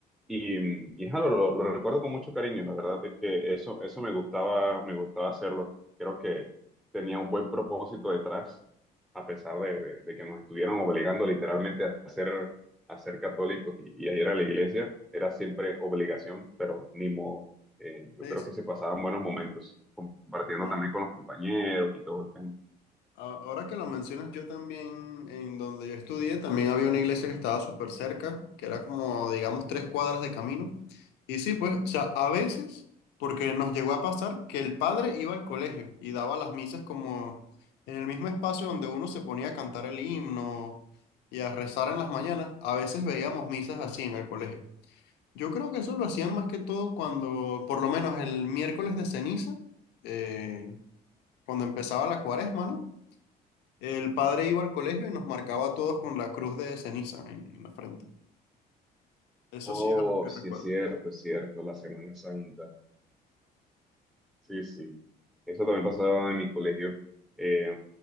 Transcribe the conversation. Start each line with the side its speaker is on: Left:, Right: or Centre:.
Centre: Y, y jalo, lo, lo recuerdo con mucho cariño, la verdad es que eso, eso me gustaba, me gustaba hacerlo. Creo que tenía un buen propósito detrás, a pesar de, de- de que nos estuvieran obligando literalmente a ser, a ser católicos y, y a ir a la iglesia, era siempre obligación, pero ni modo. Eh, yo
Left: Sí,
Centre: creo
Left: sí.
Centre: que se pasaban buenos momentos, compartiendo
Left: No,
Centre: también con los compañeros y todo el tema.
Left: A- Ahora que lo mencionas, yo también, en donde yo estudié, también había una iglesia que estaba súper cerca, que era como, digamos, tres cuadras de camino. Y sí, pues, o sea, a veces, porque nos llegó a pasar que el padre iba al colegio y daba las misas como en el mismo espacio donde uno se ponía a cantar el himno y a rezar en las mañanas, a veces veíamos misas así en el colegio. Yo creo que eso lo hacían más que todo cuando, por lo menos el miércoles de ceniza, eh, cuando empezaba la cuaresma, ¿no? El padre iba al colegio y nos marcaba a todos con la cruz de ceniza en, en la frente. Eso
Centre: Oh,
Left: sí es algo que
Centre: sí
Left: recuerdo.
Centre: es cierto, es cierto, la Semana Santa. Sí, sí. Eso también pasaba en mi colegio. Eh,